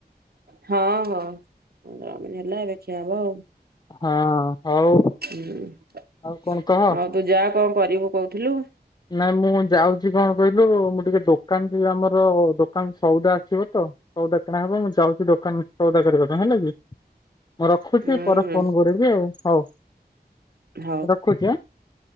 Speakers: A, on the right; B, on the left.
A: ହଁ, ହଁ ଚାଉମିନ ହେଲା, ଏବେ ଖିଆ ହବ ଆଉ।
B: ହଁ, ହଉ
A: ହୁଁ, ଆଉ
B: କଣ କହ?
A: ତୁ ଯା କଣ କରିବୁ କହୁଥିଲୁ।
B: ନାଇଁ ମୁଁ ଯାଉଛି କଣ କହିଲୁ, ମୁଁ ଟିକେ ଦୋକାନ ଯିବି ଆମର ଦୋକାନ ସଉଦା ଆସିବ ତ। ସଉଦା କିଣା ହବ। ମୁଁ ଯାଉଛି ଦୋକାନ ସଉଦା କରିବା ପାଇଁ, ହେଲା କି? ମୁଁ ରଖୁଛି
A: ହୁଁ
B: ପରେ
A: ହୁଁ
B: ଫୋନ କରିବି ଆଉ। ହଉ
A: ହଉ
B: ରଖୁଛି ଆଁ,